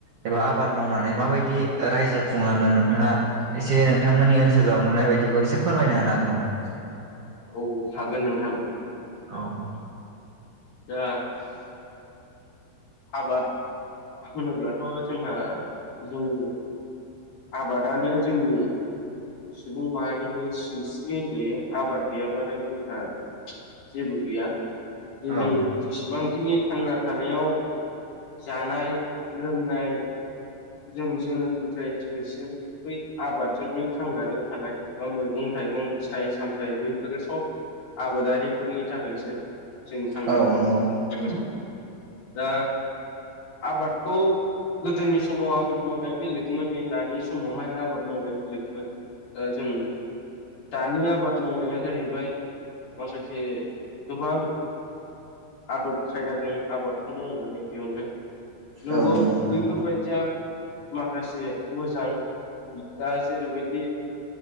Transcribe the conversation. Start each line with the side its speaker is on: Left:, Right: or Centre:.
Right: एबा आबाद मावनानै माबाय दि रायजो खुंलांदों नोंथाङा एसे नोंथांमोननि ओनसोलाव नुनाय बायदिखौ एसे फोरमायना होनो हागोन नामा <inaudible>
Left: औ हागोन नोंथां
Right: औ
Left: दा आबाद होनोब्लाथ' जोंहा जोंनि आबादानो जोंनि सुबुं माहारिनि सिंस्रि होनजायो आबाद गैयाबानो जोंहा जेबो गैया जों
Right: औ
Left: जेसेबांखिनि थांना थानायाव जानाय लोंनाय जों जोनोमनिफ्राय दिनैसिम बै आबादजोंनो थांनानै थानाय बा मैगं थाइगं फिथाइ सामथाइ बैफोरो सब आबादारिफोरनि थाखायसो जों थांनानै
Right: औ
Left: दं
Right: नंगौ
Left: दा आबादखौ गोदोनि समाव आबाद मावनाया बेलेगमोन नै दानि समावहाय आबाद मावनाया बेलेगमोन दा जों दानि आबाद मावनाया जाहैबाय माखासे गोबां आदब खायदाजों आबादखौ मावनानै दिहुनो नोंगौ
Right: औ नंगौ नोंथां
Left: बैफोरबायदि माखासे मोजां दा जेरैबायदि